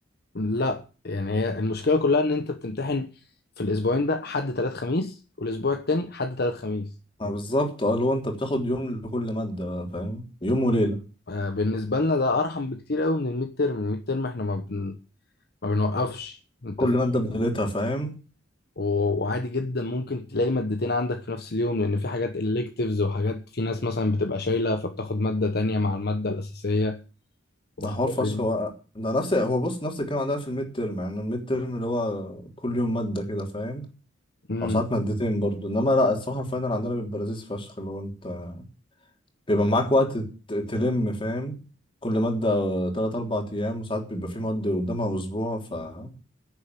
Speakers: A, on the left; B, on the left.
A: لا يعني هي المشكله كلها ان انت بتمتحن في الاسبوعين ده حد تلات خميس والاسبوع التاني حد تلات خميس
B: ما بالظبط اه اللي هو انت بتاخد يوم لكل مادة بقى، فاهم يوم وليلة
A: آه، بالنسبه لنا ده ارحم بكتير قوي من الميد ترم الميد ترم احنا ما بن... ما بنوقفش انت
B: كل
A: فاهم
B: مادة بليلتها فاهم
A: و- وعادي جدا ممكن تلاقي مادتين عندك في نفس اليوم لان في حاجات electives وحاجات في ناس مثلا بتبقى شايله فبتاخد ماده تانية مع الماده الاساسيه وحوار
B: ده حوار فشخ
A: يعني.
B: هو ده نفس هو بص نفس الكلام عندنا في الميد تيرم يعني الميد تيرم اللي هو كل يوم مادة كده فاهم
A: امم
B: أو ساعات مادتين برضو إنما لأ الصراحة الفاينل عندنا بيبقى لذيذ فشخ اللي هو أنت بيبقى معاك وقت ت- تلم فاهم كل مادة تلات أربع أيام وساعات بيبقى في مادة قدامها أسبوع فالموضوع